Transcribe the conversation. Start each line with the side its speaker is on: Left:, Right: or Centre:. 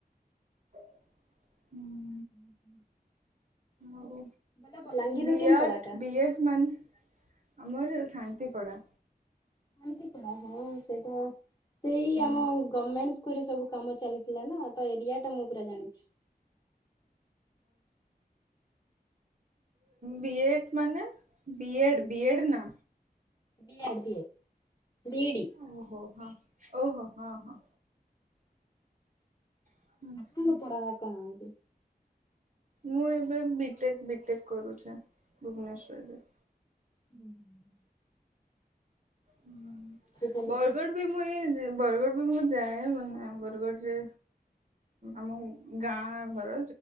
Right: <inaudible>
Left: <inaudible>
Right: ଆଉ
Left: ବୋଲେ ବଲାଙ୍ଗୀରର
Right: ବି
Left: କେନ୍
Right: ଆଡ଼
Left: ପଡାଟା
Right: ବି ଏଡ଼ ମାନେ ଆମର ଶାନ୍ତି ପଡ଼ା
Left: ହଁ ସେଇଟା ସେଇ
Right: ହୁଁ
Left: ଆମ ଗମେଣ୍ଟ ଗୁରୁ ସବୁ କାମ ଚାଲିଥିଲା ନା ତ ଏରିଆ ଟା ମୁଁ ପୁରା ଜାଣିଛି।
Right: ବିଏଡ ମାନେ ବି ବିଏଡ ନା
Left: ଵି ଆଡ଼ ବିଏ। ବିଇଡି
Right: ଓହୋ ହୋ ଓହୋ ହୋ ହଁ। ଆଚ୍ଛା
Left: ଆପଙ୍ଗ ପଡା କଣ ଏମିତି?
Right: ମୁଁ ଏବେ ବିିଟେକ ବିିଟେକ କରୁଛି ଭୁବନେଶ୍ଵରରେ।
Left: ହୁଁ ହୁଁ ହୁଁ।
Right: ହିଁ
Left: ଚାଲିଛି
Right: ବରଗଡ଼ ବି ମୁଁ ଏଇ ବରଗଡ଼ ବି ମୁଁ ଯାଏ ମାନେ ବରଗଡ଼ରେ ଆମ ଗାଁ ଘର